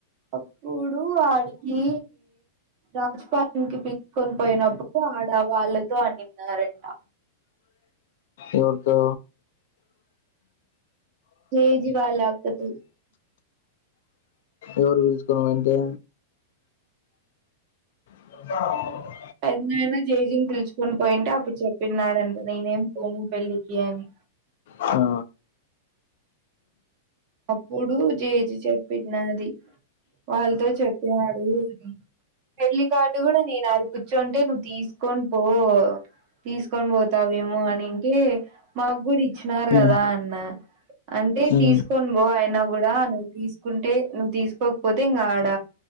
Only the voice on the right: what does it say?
అప్పుడు ఆడికి రాజ్పాల కి పిలుచుకోని పోయినప్పుడు ఆడ వాళ్ళతో ఆడిన్నారంట
జెజీ వాళ్ళ అక్కత్
ఎన్నైనా <unintelligible> కొన్ పోయింటే అప్పుడు చెప్పినడంటే నేనేం పోను పెళ్ళికి అని
అప్పుడు జేజీ చెప్పిన్నది వాళ్ళతో చెప్పినాడు అని పెళ్ళి కాడు కూడా నేను కూర్చుంటే నువ్వు తీసుకొని పో తీసుకొని పోతావేమో అనింకే మాక్కుడా ఇచ్చినారు
కదా అన్న అంటే
తీస్ తీసుకోను బో అయినా కూడా నువ్వు తీసుకుంటే నువ్వు తీసుకోకపోతే ఇంగాడ